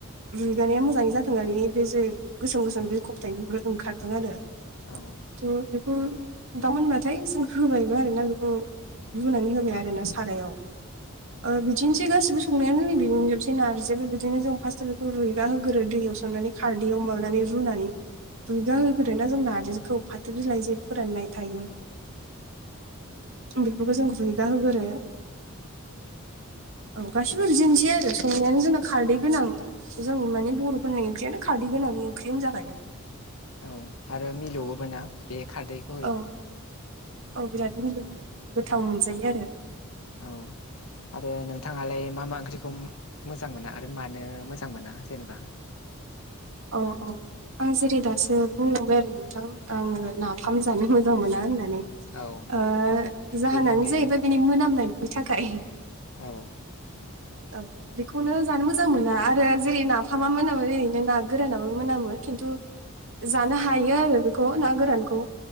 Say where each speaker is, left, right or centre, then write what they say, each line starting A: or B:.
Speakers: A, on the right; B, on the left.
A: रुइगानाया मोजाङै जादों आरो बेनि जे गोसोम गोसोम बे बिखब थायो बेफोर ओंखारथों आरो।
B: औ।
A: थ' बेखौ दाव मोनबाथाय जों होबायबो आरोना बेखौ। रुनानै होबाय आरो ना सारायाव। बिदिनोसै गासिबो संनाया जोंनि बिजोबसै नारजिबो बिदिनो जों फार्स्टआव बेखौ रुइगाहोगोरो दैयाव सोमनानै खारदैयाव माबानानै रुनानै रुयगा होगोरोना जों नारजिखौ फाथो बिलाइ फोराननाय थायो। बेफोरखौ जों रुयगा होग्रो औ गासिबो बिदिनोसै आरो संनायानो जोंना खारदै गोनां जों माने बर'फोरनि ओंख्रियानो खारै गोनांनि ओंख्रि होनजाखायो।
B: औ आरो मिलौवोबो ना बे खारदै -
A: औ औ बिराद मिलौवो गोथाव मोनजायो आरो।
B: औ आरो नोंथांङालाय मा मा ओंख्रिखौ मोजां मोना आरो मानो मोजां मोजां मोना जेनेबा?
A: अ औ। आं जेरै दासो बुंलांबाय आरो नोंथां आंङो नाफाम जानो मोजां मोना होननानै।
B: औ
A: ओ जाहोनानो
B: बेनि अनगायैबो
A: जाहैबाय बिनि मोनामनायनि थाखाय।
B: औ।
A: औ। बेखौनो जानो मोजां मोना आरो जेरै नाफामा मोनामो ओरैनो ना गोरानाबो मोनामो खिन्थु जानो हायो आरो बेखौ ना गोरानखौ।